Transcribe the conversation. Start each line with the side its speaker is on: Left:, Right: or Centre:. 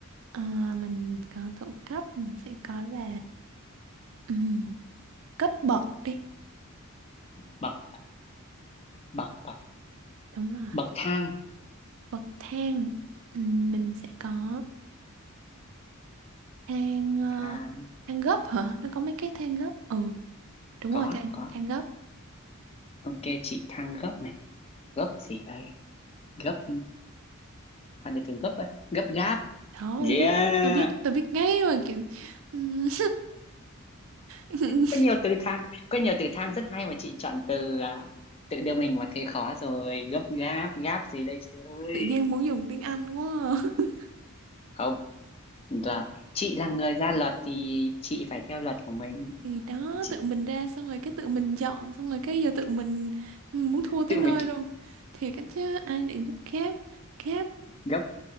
Right: Ờ, mình có thủ cấp mình sẽ có là ừ. cấp bậc đi
Left: bậc à? bậc à?
Right: đúng rồi
Left: bậc thang
Right: bậc thang Ừm, mình sẽ có thang ờ,
Left: thang
Right: thang gấp hả nó có mấy cái thang gấp ừ đúng
Left: có
Right: rồi thang
Left: có
Right: thang gấp
Left: ok chị thang gấp này gấp gì đây gấp hoàn từ từ gấp á gấp gáp
Right: đó tôi
Left: yeah
Right: biết tôi biết tôi biết ngay mà kiểu ừm, <laughs>
Left: có nhiều từ thang có nhiều từ thang rất hay mà chị chọn từ à, tự đưa mình vào thế khó rồi gấp gáp gáp gì đây chị ơi
Right: tự nhiên muốn dùng tiếng Anh quá à. <laughs>
Left: không là chị là người ra luật thì chị phải theo luật của mình
Right: thì đó
Left: chị
Right: tự mình ra xong rồi cái tự mình dọn xong rồi cái giờ tự mình muốn thua tới
Left: tự
Right: nơi
Left: mình
Right: luôn thì cái chứ ai định giúp kép kép
Left: gấp